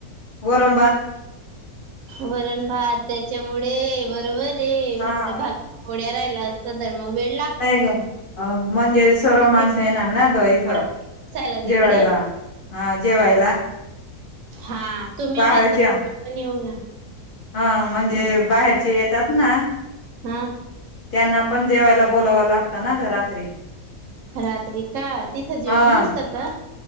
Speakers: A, on the left (about 55°); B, on the right (about 70°).
A: वरण भात
B: वरण भात त्याच्यामुळे बरोबर ते
A: हा
B: म्हटलं भाकरवड्या राहिलं असतं तर मग वे
A: नाही ग, अ म्हणजे सर्व
B: स्वयंपाकाला
A: माणसं येणार ना ग इथं.
B: ला तिकडे
A: जेवायला हा जेवायला.
B: हा, तुम्ही
A: बाहेरच्या
B: आहेत ना <unintelligible> पण येऊ ना.
A: हा, म्हणजे बाहेरचे येतात ना.
B: हा.
A: त्यांना पण जेवायला बोलावावं लागतं ना गं रात्री.
B: रात्री का? तिथं जेवण
A: हा
B: नसतं का?